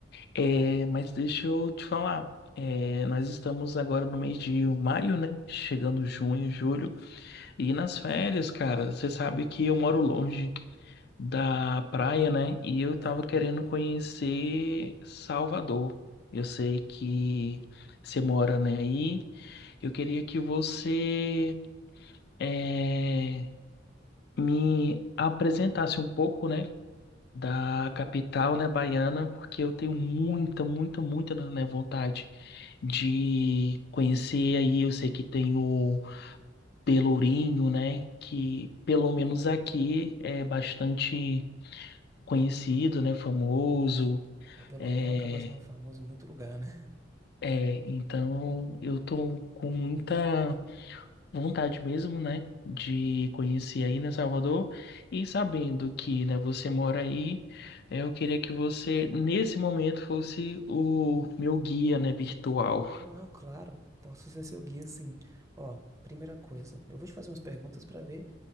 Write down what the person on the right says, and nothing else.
Bem
longe.
É, o Pelourinho
acaba sendo famoso em muito lugar, né?
<laughs> Não, claro. Posso ser seu guia, sim. Ó, primeira coisa, eu vou te fazer umas perguntas pra ver